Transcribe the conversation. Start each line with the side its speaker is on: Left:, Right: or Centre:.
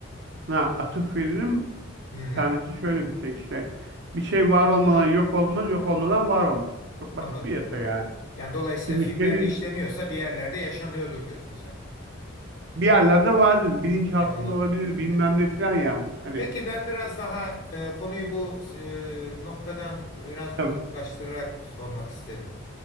Right: atıf veririm.
Left: Hı hı,
Right: Bir tanesi şöyle bir şey işte. Bir şey var olmadan yok olmaz, yok olmadan var olmaz. Çok
Left: anladım.
Right: basit bir yasa yani.
Left: Yani dolayısıyla
Right: Çünkü
Left: filmlerde
Right: senin
Left: işleniyorsa bir yerlerde yaşanıyordur diyorsun sen.
Right: bir yerlerde vardır, bilinç altında
Left: Anladım.
Right: olabilir, bilmem ne falan yani. Hani
Left: Peki ben biraz daha e, konuyu bu e, noktadan biraz uzaklaştırarak
Right: tabii.
Left: sormak isterim.